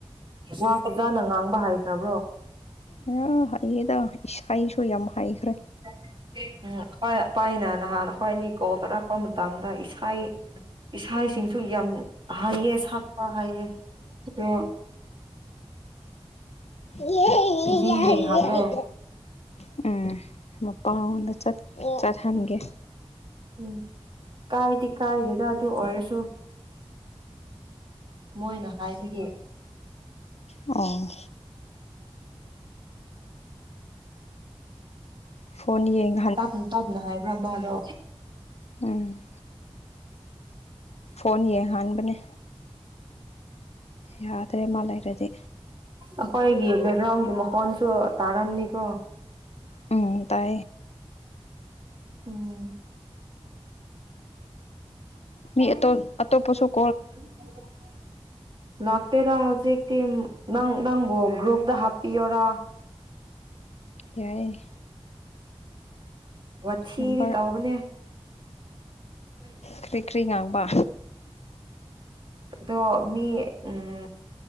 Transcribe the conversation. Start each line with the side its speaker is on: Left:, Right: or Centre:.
Right: ꯎ ꯋꯥ ꯐꯖꯥꯅ ꯉꯥꯡꯕ ꯍꯥꯏꯈ꯭ꯔꯕ꯭ꯔꯣ
Left: ꯑ ꯍꯥꯏꯌꯦꯗ ꯏꯁꯥꯁꯨ ꯌꯥꯝ ꯍꯈ꯭ꯔꯦ
Right: ꯎꯝ ꯑꯩꯈꯣꯏ ꯑꯄꯅ ꯅꯍꯥꯟ ꯑꯩꯈꯣꯏ ꯑꯅꯤ ꯀꯣꯜ ꯇꯥꯔꯛꯄ ꯃꯇꯝꯗ ꯏꯁꯥ ꯏꯁꯥꯁꯤꯡꯁꯨ ꯌꯥꯝ ꯍꯥꯏꯌꯦ ꯁꯛꯄ ꯍꯥꯏꯑ ꯑꯗꯣ
Left: ꯌꯦ
Right: ꯇꯤꯚꯤ
Left: ꯌꯥꯔ
Right: ꯌꯦꯡꯍꯜꯂꯣ
Left: ꯎꯝ ꯃꯄꯥꯡꯗ ꯆꯠꯍꯟꯒꯦ
Right: ꯎꯝ ꯀꯥꯏꯗꯤ ꯀꯥꯏꯗꯗ ꯑꯗꯨ ꯑꯣꯏꯔꯁꯨ ꯃꯣꯏꯅ ꯍꯥꯏꯕꯒꯤ
Left: ꯑ ꯐꯣꯟ ꯌꯦꯡ
Right: ꯇꯞꯅ ꯇꯞꯅꯍꯣꯏ ꯄꯨ ꯗ
Left: ꯎꯝ ꯐꯣꯟ ꯌꯦꯡꯍꯟꯥꯟꯕꯅꯦ ꯌꯥꯗ꯭ꯔꯦ ꯃꯥ ꯂꯩꯔꯗꯤ
Right: ꯑꯩꯈꯣꯏꯒꯤ ꯕꯦꯛꯒ꯭ꯔꯥꯎꯟꯒꯤ ꯃꯈꯣꯟꯁꯨ ꯇꯥꯔꯝꯅꯤꯀꯣ
Left: ꯎꯝ ꯇꯥꯏꯌꯦ
Right: ꯎꯝ
Left: ꯃꯤ ꯑꯇꯣꯟ ꯑꯇꯣꯞꯄꯁꯨꯛ
Right: ꯑ <inaudible> ꯂꯥꯛꯇꯦꯗ ꯍꯧꯖꯤꯛꯇꯤ ꯅꯪ ꯅꯪꯕꯨ ꯒ꯭ꯔꯨꯞꯗ ꯍꯥꯞꯄꯤꯌꯣꯔꯥ
Left: ꯌꯥꯏꯌꯦ
Right: ꯋꯥꯊꯤꯗꯤ
Left: ꯅꯝꯕꯔ
Right: ꯇꯧꯕꯅꯦ ꯎ <inaudible>
Left: ꯀ꯭ꯔꯤ ꯀ꯭ꯔꯤ ꯉꯥꯡꯕ
Right: ꯑꯗꯣ ꯃꯤ ꯎꯝ